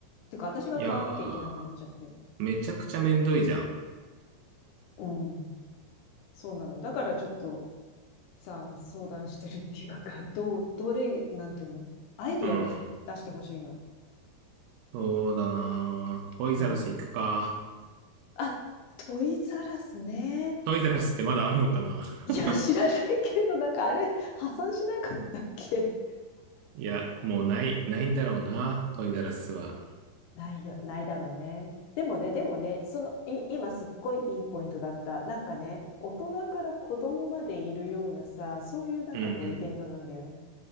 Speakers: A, on the left; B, on the right.
A: てか、私が買わなきゃいけなくなっちゃって。
B: いやー、めちゃくちゃめんどいじゃん。
A: うん。そうなの。だからちょっと、さ、相談してるっていうか、どう、どれ、なんていうのアイディアを出してほしいの。
B: うん。そうだなトイザらス行くか。
A: うん。あ、トイザらスね。
B: トイザらスってまだあんのかな
A: いや、
B: <laughs>
A: 知らないけど、なんかあれ、破産しなかったっけ
B: いや、もうない、ないんだろうな。トイザらスは。
A: ないよ、ないだろうね。でもね、でもね、その、い、今すっごいいいポイントだった。なんかね、大人から子供までいるようなさ、そういうなんかこうイベントなんだよね。
B: うん